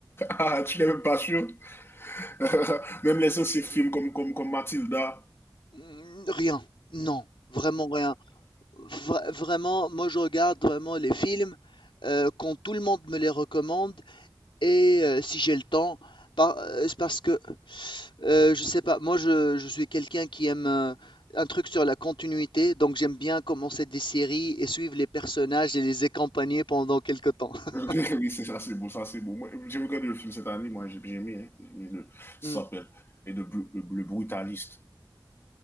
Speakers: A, on the left; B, on the left.
A: Ah, tu n'es même pas sûr? <laughs> Même les anciens films comme, comme, comme Mathilda.
B: Mm, Rien, non, vraiment rien. Vra vraiment, moi je regarde vraiment les films, heu, quand tout le monde me les recommande et heu, si j'ai le temps, par heu, c'est parce que, heu, je sais pas, moi je je suis quelqu'un qui aime, heu, un truc sur la continuité, donc j'aime bien commencer des séries et suivre les personnages et les accompagner pendant quelque temps. <laughs>
A: <laughs> oui, c'est ça, c'est beau, ça, c'est beau. Moi, J'ai regardé le film cette année, moi, j'ai j'ai aimé. Hein, J'ai aimé le, ça
B: Mmh.
A: s'appelle et de le, le brutaliste.